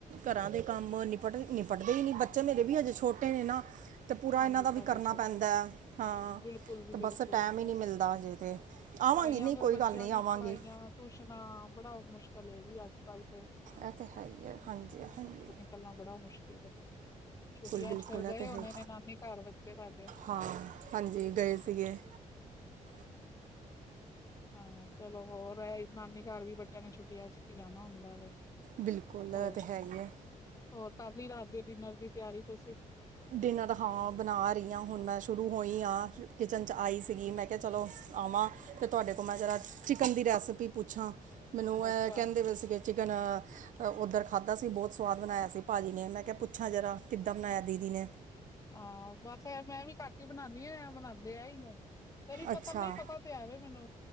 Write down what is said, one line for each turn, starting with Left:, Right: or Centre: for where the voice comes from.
Right: ਘਰਾਂ ਦੇ ਕੰਮ ਨਪਟਦੇ ਹੀ ਨਹੀਂ ਬੱਚੇ ਮਰੇ ਵੀ ਅਜੇ ਛੋਟੇ ਨੇ ਨਾ। ਤੇ ਪੂਰਾ
Left: ਹਾਂਜੀ
Right: ਇਹਨਾਂ ਦਾ ਵੀ
Left: ਤੁਹਾਡੇ
Right: ਕਰਨਾ
Left: ਛੋਟੇ
Right: ਪੈਂਦਾ
Left: ਨੇ,
Right: ਹੈ। ਹਾਂ
Left: ਬਿਲਕੁਲ ਜੀ
Right: ਤੇ
Left: ਬਿਲਕੁਲ
Right: ਬਸ ਟਾਈਮ ਹੀ
Left: ਬਸ,
Right: ਨਹੀਂ ਮਿਲਦਾ ਅਜੇ ਤੇ ਆਵਾਂਗੀ
Left: ਪੜ੍ਹਾਈਆਂ
Right: ਨਹੀਂ
Left: ਫਿਰ
Right: ਕੋਈ
Left: ਬੱਚਿਆਂ
Right: ਗੱਲ ਨਹੀਂ
Left: ਦੀ
Right: ਆਵਾਂਗੀ
Left: ਪੜ੍ਹਾਈਆਂ ਟਿਊਸ਼ਨਾਂ ਬੜਾ ਮੁਸ਼ਕਿਲ ਜੀ ਅੱਜ ਕੱਲ੍ਹ ਤੇ।
Right: ਇਹ ਤਾਂ ਹੈ ਹੀ ਆ ਹਾਂਜੀ-ਹਾਂਜੀ,
Left: ਕਰਨਾ ਬੜਾ ਮੁਸ਼ਕਿਲ ਏ, ਛੁੱਟੀਆਂ
Right: ਬਿਲਕੁਲ
Left: ਚੇ ਫੇਰ
Right: ਇਹ
Left: ਗਏ
Right: ਤੇ
Left: ਹੋਨੇ
Right: ਹੈ ਹੀ।
Left: ਨੇ ਨਾਨੀ ਘਰ ਬੱਚੇ ਸਾਡੇ,
Right: ਹਾਂ, ਹਾਂਜੀ ਗਏ ਸੀਗੇ।
Left: ਹਾਂ ਚਲੋ ਹੋਰ ਇਹ ਨਾਨੀ ਘਰ ਵੀ ਬੱਚਿਆਂ ਨੇ ਛੁੱਟੀਆਂ ਚ ਹੀ ਜਾਣਾ ਹੁੰਦਾ ਵੇ।
Right: ਬਿਲਕੁਲ
Left: ਹੋਰ,
Right: ਇਹ ਤੇ ਹੈ ਹੀ ਹੈ
Left: ਹੋਰ ਕਰ ਲਈ ਰਾਤ ਦੇ ਡਿਨਰ ਦੀ ਤਿਆਰੀ ਤੁਸੀਂ।
Right: ਡਿਨਰ ਹਾਂ ਬਣਾ ਰਹੀ ਹਾਂ ਹੁਣ ਮੈਂ ਸ਼ੁਰੂ ਹੋਈ ਹਾਂ। ਕਿਚਨ ਚ ਆਈ ਸੀਗੀ ਮੈਂ ਕਿਹਾ ਚਲੋ ਆਵਾਂ, ਤੇ ਤੁਹਾਡੇ ਕੋਲ ਮੈਂ ਜਰਾ ਚਿਕਨ ਦੀ ਰੈਸਪੀ ਪੁੱਛਾਂ, ਮੈਨੂੰ ਇਹ
Left: ਅੱਛਾ
Right: ਕਹਿੰਦੇ ਪਏ ਸੀਗੇ ਚਿਕਨ ਉੱਧਰ ਖਾਧਾ ਸੀ ਬਹੁਤ ਸਵਾਦ ਬਣਾਇਆ ਸੀ ਭਾਜੀ ਨੇ ਮੈਂ ਕਿਹਾ ਪੁੱਛਾਂ ਜਰਾ ਕਿੱਦਾਂ ਬਣਾਇਆ ਦੀ, ਦਿਨੇ,
Left: ਹਾਂ, ਬਸ ਮੈਂ ਵੀ ਘਟ ਹੀ ਬਣਾਉਦੀ ਆ ਬਣਾਉਂਦੇ ਆ ਹੀ ਨੇ। ਫਿਰ ਵੀ
Right: ਅੱਛਾ
Left: ਪਤਾ ਨਹੀਂ ਪਤਾ ਤੇ ਐਵੇ ਮੈਨੂੰ